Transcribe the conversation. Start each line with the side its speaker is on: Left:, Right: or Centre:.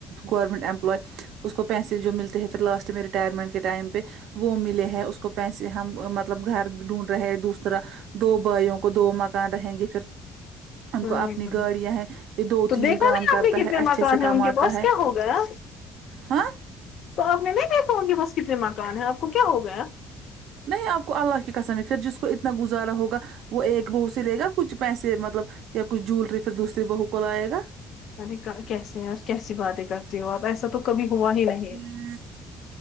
Right: گورنمنٹ امپلائے اس کو پیسے جو ملتے ہیں پھر لاسٹ میں ریٹائرمنٹ کے ٹائم پہ وہ ملے ہے اس کو پیسے ہم مطلب گھر ڈھونڈ رہے ہیں دوسرا دو بھائیوں کو دو مکان رہیں گے پھر ان
Left: ہوں
Right: کو اپنی گاڑیاں ہیں یہ دو
Left: تو
Right: تین
Left: دیکھا
Right: کام
Left: نہیں
Right: کرتا
Left: آپ نے کتنے
Right: ہے اچھے
Left: مکان
Right: سے
Left: ہیں
Right: کماتا
Left: ان کے پاس
Right: ہے
Left: کیا ہو گیا
Right: ہاں
Left: تو آپ نے نہیں دیکھا ان کے پاسس کتنے مکان ہیں آپ کو کیا ہو گیا
Right: نہیں آپ کو اللہ کی قسم ہے پھر جس کو اتنا گزارا ہوگا وہ ایک بہو سے لے گا کچھ پیسے مطلب یا کچھ جوولری پھر دوسرری بہو کو لائے گا
Left: کبھی کیس ہیں اور کیسی باتیں کرتی ہو آپ ایسا تو کبھی ہوا ہی نہیں
Right: <inaudible>